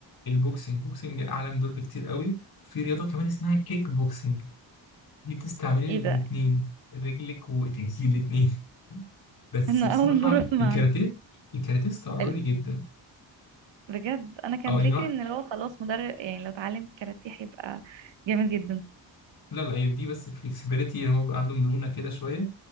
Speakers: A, on the left; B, on the right.
A: البوكسنج بوكسنج أعلى من دول بكتير قوي وفي رياضة كمان اسمها كيك بوكسنج دي بتستعملي
B: ايه
A: الاتنين
B: ده
A: رجلك وإيديكي الاتنين <laughs> بس
B: انا
A: بصراحة
B: اول مره اسمع
A: الكاراتيه
B: عنه
A: الكاراتيه استعراضي
B: ال-
A: جدا
B: بجد انا كان
A: أو يعني
B: فكري
A: لا
B: ان لو خلاص مدرب يعني لو اتعلم كاراتيه هيبقى جامد جدا
A: لا لا هي دي بس فليكسبيليتي إن هو بيبقى عنده مرونة كده شوية